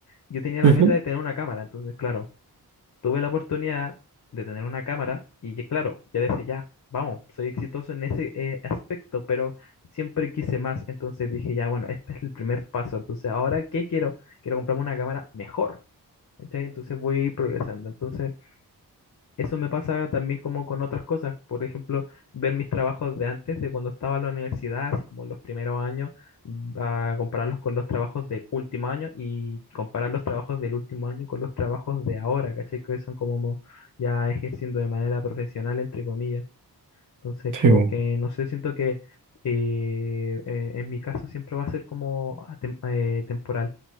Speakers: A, on the left; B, on the right.
A: yo tenía la
B: Ujú.
A: meta de tener una cámara. Entonces, claro. tuve la oportunidad de tener una cámara y que, claro, yo decía, ya, vamos, soy exitoso en ese eh, aspecto, pero siempre quise más, entonces dije, ya, bueno, este es el primer paso, entonces ahora, ¿qué quiero? Quiero comprarme una cámara mejor, ¿cachai? Entonces voy a ir progresando, entonces eso me pasa también como con otras cosas, por ejemplo, ver mis trabajos de antes, de cuando estaba en la universidad, así como los primeros años, a compararlos con los trabajos del último año y comparar los trabajos del último año con los trabajos de ahora, ¿cachai? Que son como mo- ya ejerciendo de manera profesional, entre comillas. Entonces,
B: Sí,
A: como
B: bo,
A: que, no sé, siento que eh, eh, en mi caso siempre va a ser como atem- eh, temporal,